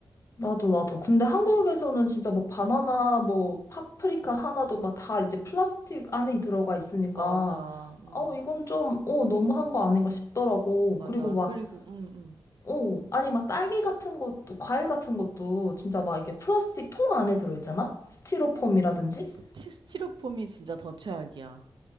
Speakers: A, on the left (about 35°); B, on the right (about 65°).
A: 나도, 나도. 근데 한국에서는
B: 음.
A: 진짜 뭐 바나나, 뭐 파프리카 하나도 막 다 이제 플라스틱 안에 들어가 있으니까,
B: 맞아. 음,
A: 어, 이건 좀, 어, 너무한 거 아닌가 싶더라고.
B: 맞아.
A: 그리고 막,
B: 그리고, 음, 음,
A: 어, 아니, 막 딸기 같은 것도, 과일 같은 것도 진짜 막
B: 음.
A: 이렇게 플라스틱 통 안에 들어있잖아? 스티로폼이라든지?
B: 스티, 스티로폼이 진짜 더 최악이야.